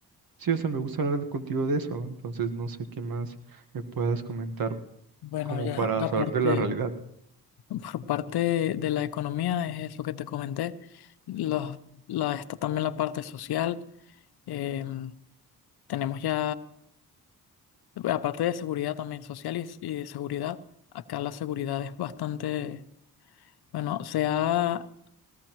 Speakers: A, on the right; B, on the left.
A: sí, o sea, me gusta hablar de- contigo de eso, entonces no sé qué más me puedas comentar
B: Bueno,
A: como
B: ya
A: para
B: la
A: saber
B: parte.
A: de la realidad.
B: Por parte de, la economía, es lo que te comenté. Los, la, está también la parte social. eh, tenemos ya, aparte de seguridad también social y, y de seguridad, acá la seguridad es bastante, bueno, se ha